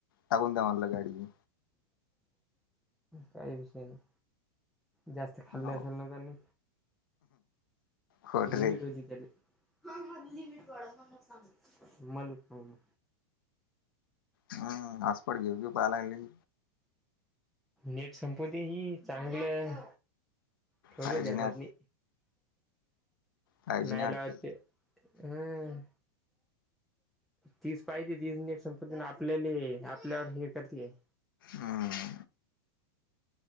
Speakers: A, on the left (about 70°); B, in the centre.
A: टाकून द्या म्हणलं गाडी
B: काही विषय नाही. जास्त खाल्लं
A: हो
B: असल त्यांनी
A: खोट
B: लिमिट
A: रे
B: होती त्या हा हा लिमिट वाढवा म्हणूनच सांगते.
A: हम्म आसपट घेऊ पाहाला लागली.
B: नीट संपुदे ही चांगलं. ठेवलं
A: काळजी
B: ध्यानात
A: नाही
B: मी.
A: काळजी
B: नाही
A: वाटते
B: लावत ते हम्म. तीच पाहिजे तीच नट संपुदे आपल्या आपल्यावर हे करते.
A: हम.